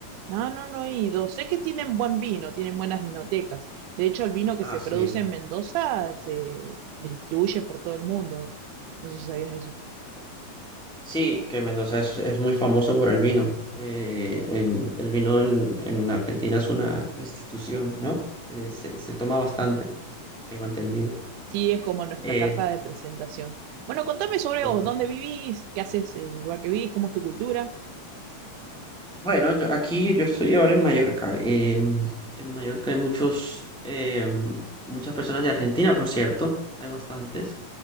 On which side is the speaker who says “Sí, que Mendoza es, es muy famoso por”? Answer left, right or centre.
Centre